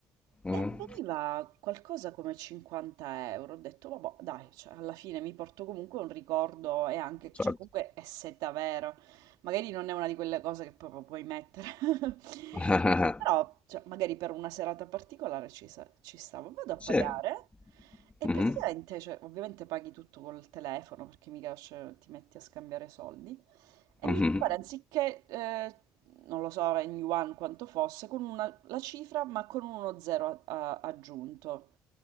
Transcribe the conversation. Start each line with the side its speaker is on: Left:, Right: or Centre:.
Left: mhm.
Right: e veniva qualcosa come 50 euro. Ho detto, vabbè, dai, cioè, alla fine mi porto comunque un ricordo e anche,
Left: certo.
Right: cioè, comunque è seta vera. Magari non è una di quelle cose che proprio puoi mettere. <laughs>
Left: <laughs>
Right: Però, cioè, magari per una serata particolare ci, sa- ci stavo. Vado a pagare
Left: Sì.
Right: e
Left: Mhm,
Right: praticamente, cioè, ovviamente paghi tutto col telefono perché mica cioè, ti metti a scambiare soldi. E
Left: mhm.
Right: mi compare anziché, eh, non lo so, in yuan quanto fosse, con una, la cifra ma con uno zero a- a- aggiunto.